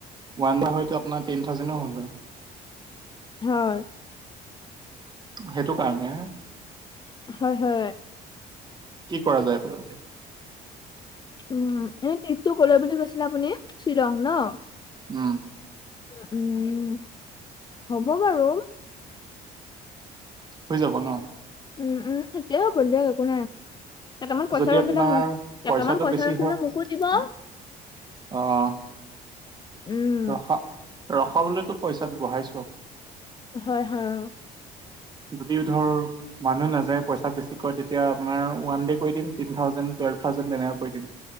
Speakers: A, on the right; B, on the left.
A: ওৱান বা হয়তো আপোনাৰ টেন থাউজেণ্ডনো হ'ল হয়।
B: হয়।
A: সেইটো কাৰণে
B: হয় হয়।
A: কি কৰা যায় বাৰু এতিয়া।
B: উমঁ' এনেই ট্ৰিপটো ক'লৈ বুলি কৈছিলে আপুনি শ্বিলং ন'।
A: উমঁ'।
B: উমঁ' উমঁ' হ'ব বাৰু।
A: হৈ যাব ন?
B: উমঁ' উমঁ' ঠিকেই হ'ব দিয়ক একো নাই। কেইটামান পইচা
A: যদি
B: ৰখিলে
A: আপোনাৰ
B: মোক, কেইটামান
A: পইচাটো
B: পইচা
A: বেছি
B: ৰখিলে মোকো দিব।
A: অঁ।
B: উম,
A: ৰখা ৰখাবলৈতো পইচা বঢ়াইছো।
B: হয়-হয়।
A: যদিও ধৰ মানুহ নাযায় পইচা বেছি কয় তেতিয়া আপোনাৰ ওৱান ডে কৰি দিম, টেন থাউজেণ্ড, টুৱেলভ থাউজেণ্ড তেনেকৈ কৰি দিম।